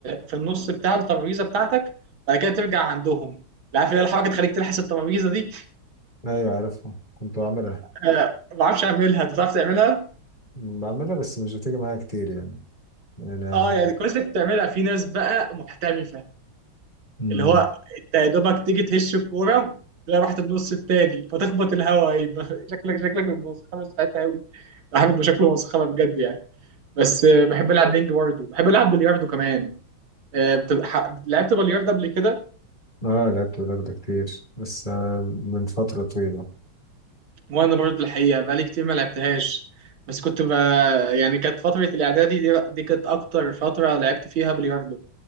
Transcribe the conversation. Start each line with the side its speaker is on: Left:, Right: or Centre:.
Right: في النص بتاع الترابيزة بتاعتك بعد كده ترجع عندهم لا، عارف اللي هي الحركة تخليك تلحس الترابيزة دي
Left: ايوه عارفها كنت بعملها
Right: آه، ما بعرفش اعملها انت بتعرف تعملها
Left: بعملها بس مش بتيجي معايا كتير يعني انا
Right: اه يعني كويس انك بتعملها في ناس بقى محترفة
Left: امم
Right: اللي هو انت يا دوبك تيجي تهش الكورة تلاقي رحت النص التاني فتخبط الهوا يبقى <laughs> شكلك شكلك مسخرة ساعتها قوي بحب شكله مسخرة بجد يعني بس آه، بحب العب بينج برضه بحب العب بلياردو كمان آه، بتبقى ح- لعبت بلياردة قبل كده
Left: اه لعبت بلياردو كتير بس آه، من فترة طويلة
Right: وانا برضه الحقيقه بقالي كتير ما لعبتهاش بس كنت ب... يعني كانت فتره الاعدادي دي, دي كانت اكتر فتره لعبت فيها بلياردو